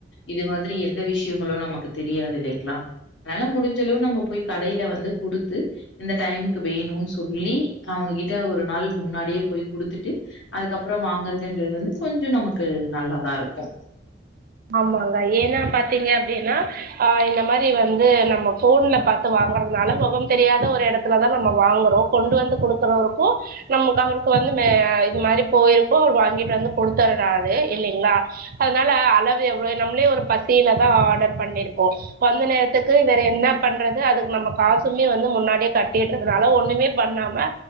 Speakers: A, on the left; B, on the right.
A: இது மாதிரி எ ந்த விஷயங்களோ நமக்கு தெரியாது இல்லைங்களா அதனால முடிஞ்சளவு நம்ம போய் கடையில வந்து குடுத் த்து இந்த டைமுக்கு வேணோனு சொல்லி அவுங்ககிட்ட ஒரு நாள் முன்னாடியே போய் குடுத்துட்டு அதுக்கப்பறோ வாங்குறதுன்றது வந்து கொஞ்சோம் நமக்கு நல்லாதா இருக்கோ
B: ஆமாங்க ஏன்னா பாத்தீங்க அப்படின்னா அ இந்த மாரி வந்து நம்ம ஃபோன்ல பாத்து வாங்கறதுனால மொகோ தெரியாத ஒரு எடத்துலதா நம்ம வாங்குறோ கொண்டு வந்து குடுக்குறவருக்கும் நமக்கு அவருக்கு வந்து இது மாரி போயிருக்கோ அவர் வாங்கிட்டு வந்து கொடுத்துர்றாரு இல்லைங்களா அதனால அளவு எவ்ளோ நம்மளே ஒரு பசியிலதா ஆர்டர் பண்ணிருப்போம் வந்த நேரத்துக்கு வேற என்ன பண்றது அதுக்கு நம்ம காசுமே வந்து முன்னாடியே கட்டிறதுனால ஒண்ணுமே பண்ணாம